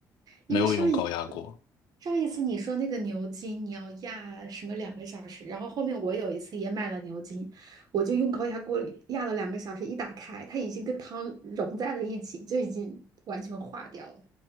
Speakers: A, on the left; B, on the right.
A: 没有用高压锅。
B: 因为上一次上一次你说那个牛筋你要压什么两个小时，然后后面我有一次也买了牛筋，我就用高压锅里压了两个小时，一打开它已经跟汤融在了一起，就已经完全化掉了。